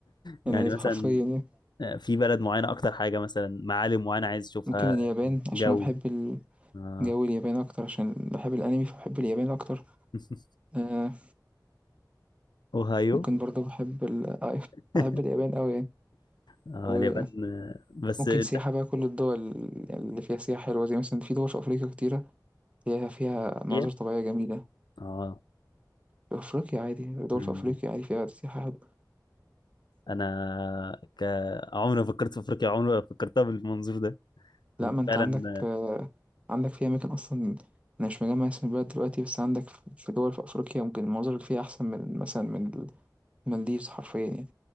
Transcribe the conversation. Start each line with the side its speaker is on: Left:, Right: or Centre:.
Left: يعني
Right: يعني عايز
Left: مثلا
Right: حرفيا يعني
Left: آه، في بلد معينة أكتر حاجة مثلا معالم معينة عايز تشوفها
Right: ممكن اليابان عشان
Left: جو
Right: انا بحب ال-
Left: آه.
Right: جو اليابان اكتر عشان بحب الانمي فبحب اليابان اكتر
Left: <laughs>
Right: آه،
Left: أوهايو
Right: ممكن برضه بحب ال... آه،
Left: <laughs>
Right: بحب اليابان أوي يعني
Left: آه
Right: وممكن
Left: اليابان آه، بس أنت
Right: سياحة بقى كل الدول اللي فيها سياحة حلوة زي مثلا في دول في أفريقيا كتيرة فيها فيها
Left: أفريقيا
Right: مناظر طبيعية جميلة
Left: آه
Right: في أفريقيا عادي دول
Left: مم.
Right: في أفريقيا عادي فيها سياحة حلوة
Left: أنا ك... عمري ما فكرت في أفريقيا عمري ما فكرتها بالمنظور ده
Right: لا
Left: أنت
Right: ما أنت
Left: فعلا
Right: عندك آه، عندك في أماكن أصلا أنا مش مجمع اسم البلد دلوقتي بس عندك في دول في أفريقيا ممكن المناظر اللي فيها أحسن من مثلا من المالديفز حرفيا يعني.